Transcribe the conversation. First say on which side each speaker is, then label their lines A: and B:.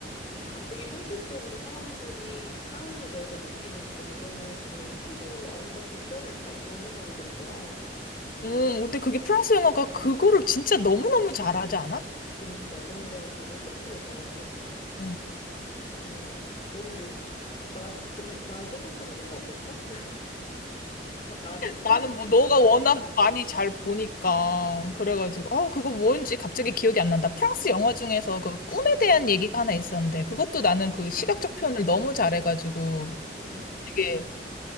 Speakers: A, on the left (about 35°); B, on the left (about 55°).
A: 이 현- 되게 현실적으로 사람들이 사랑에 대해서 느끼는 감정을 정말 이쁘고 아름답게 표현했다? 그런 생각이 드는 거야.
B: 음, 근데 그게 프랑스 영화가 그거를 진짜 너무너무 잘하지 않아?
A: 그니까 그런 점에 정말 캐치를 잘하는 것 같아.
B: 음.
A: 음, 너는 요, 난 보면, 나 생각하는 영화 없었어? 어, 나한테 추천해주고
B: 나는 뭐
A: 싶다,
B: 너가 워낙
A: 이런 영화.
B: 많이 잘 보니까 그래가지고 아 그거 뭔지 갑자기 기억이 안 난다. 프랑스 영화 중에서 그 꿈에
A: 음,
B: 대한 얘기가 하나 있었는데 그것도 나는 그 시각적 표현을 너무 잘해가지고
A: 음,
B: 되게